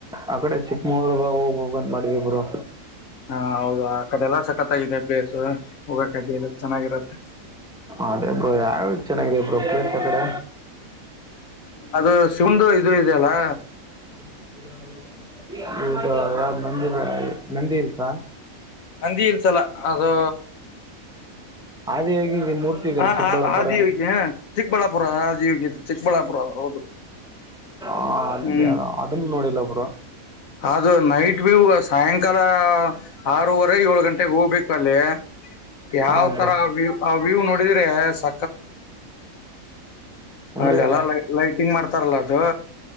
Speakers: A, in the centre; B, on the left (about 70°).
A: ಆ ಕಡೆ ಚಿಕ್ಕಮಗ್ಳುರು ಹೊ ಹೋಗಬೋಗಂತ ಮಾಡಿದಿವ್ ಬ್ರೋ.
B: ಹಾ ಹೌದಾ ಆ ಕಡೆ ಎಲ್ಲಾ ಸಕ್ಕತ್ತಾಗಿದೆ ಪ್ಲೇಸ್ ಹೋಗೋಕ್ಕಡ್ಡಿಲ್ಲ ಚೆನ್ನಾಗಿರತ್ತೆ.
A: ಅದೇ ಬ್ರೋ ಯಾವ ಚೆನ್ನಾಗಿದೆ ಬ್ರೋ ಪ್ಲೇಸ್ ಕಡೆ.
B: ಅದು ಶಿವಂದು ಇದು ಇದೆಯಲಾ
A: <unintelligible> ಇದು ಯಾವ್ ನಂದಿ ನಂದಿ ಹಿಲ್ಸ.
B: ನಂದಿ ಹಿಲ್ಸಲ್ಲ ಅದು
A: ಆದಿಯೋಗಿ <unintelligible> ಮೂರ್ತಿಲ್ಲಿ
B: ಆ-
A: ಚಿಕ್ಕಬಳ್ಳಾಪುರನ್
B: ಆ- <inaudible> ಚಿಕ್ಕಬಳ್ಳಾಪುರ ಆದಿಯೋಗಿ ಚಿಕ್ಕಬಳ್ಳಾಪುರ ಹೌದು.
A: ಅಲ್ಲಿ
B: ಹ್ಮ್
A: ಅದನ್ನು ನೋಡಿಲ್ಲ ಬ್ರೋ
B: ಆದು ನೈಟ್ <unintelligible> ಸಾಯಂಕಾಲ ಆರೂವರೆ ಏಳು ಗಂಟೆಗೆ ಹೋಗ್ಬೇಕು ಅಲ್ಲಿ. ಯಾವತರ
A: ಹಾಂ
B: ಆ ವ್ಯೂ ಆ ವ್ಯೂ ನೋಡಿದ್ರೆ ಸ್
A: <unintelligible>
B: ಅಲ್ಲೆಲ್ಲ
A: ಅಂದ್ರೆ
B: ಲೈಟಿಂಗ್ ಮಾಡ್ತಾರಲ್ಲ ಅದು